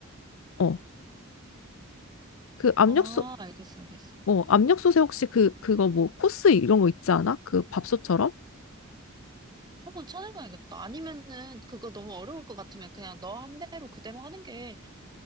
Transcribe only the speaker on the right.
아, 알겠어, 알겠어.
한번 찾아봐야겠다. 아니면은 그거 너무 어려울 것 같으면 그냥 너 한 대로 그대로 하는 게